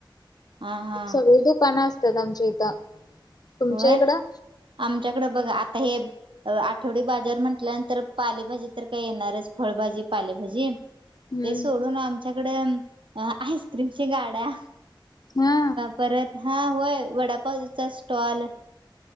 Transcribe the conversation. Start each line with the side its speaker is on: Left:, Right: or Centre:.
Right: हा हा
Left: सगळी दुकानं असतात आमच्या इथं तुमच्या
Right: होय
Left: इकडं
Right: आमच्याकडे बघ आता हे आठवडी बाजार म्हटल्यानंतर पालेभाजी तर काय येणारच फळभाजी पालेभाजी
Left: हम्म
Right: ते सोडून आमच्याकडे आईस्क्रीमची गाड्या
Left: हा
Right: परत हा होय वडापावचा स्टॉल